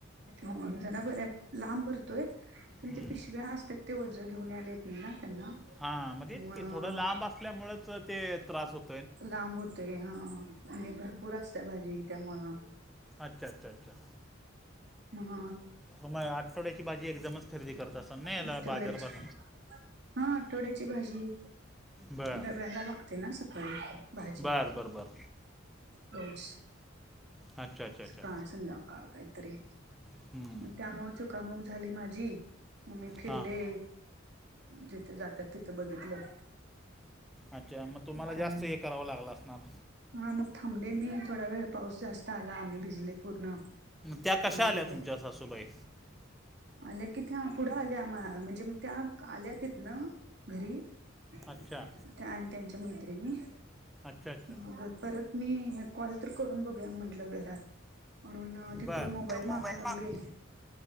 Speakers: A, on the right; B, in the centre.
A: हो जरा बऱ्या लांब भर्- तोय पण
B: हम्म,
A: ते पिशव्या असत्यात ते ओझं घेऊन यायला येत नाय ना त्यांना
B: हा मग तेच
A: त्यामुळं
B: की थोडं लांब असल्यामूळच ते त्रास होत.
A: लांब होतंय हा आणि भरपूर असत्या भाजी त्यामुळं,
B: अच्छा! अच्छा! अच्छा!
A: मग
B: हो, मग आठवड्याची भाजी एकदमच खरेदी करत असाल नाही याला
A: आजच्याकडेच
B: बाजार भर
A: <unintelligible> हा आठवड्याची भाजी.
B: बर
A: डब्याला लागते ना सकाळी भाजी.
B: बर बर बर
A: रोज
B: अच्छा अच्छा अच्छा
A: सकाळ संध्याकाळ कायतरी.
B: हम्
A: मग त्यामुळं चुकामुक झाली माझी मग मी फिरले.
B: हा
A: जिथं जात्यात तिथं बघितलं.
B: अच्छा मग तुम्हाला
A: काय
B: जास्त हे करावं लागलं असणार.
A: हा मग थांबले मी थोडा वेळ, पाऊस जास्त आला मी भिजले पूर्ण.
B: त्या कशा
A: मग
B: आल्या तुमच्या सासूबाई?
A: आल्या कि त्या फुढं आल्या म् म्हणजे त्या आल्या तिथंन. घरी त्या
B: अच्छा
A: आणि त्यांच्या मैत्रिणी
B: अच्छा अच्छा
A: मग, परत मी कॉल तर करून बघूया म्हण- ल घरात म्हणून तिथं
B: बर
A: मोबाईल
B: तो
A: मागाय लागलोय.
B: माग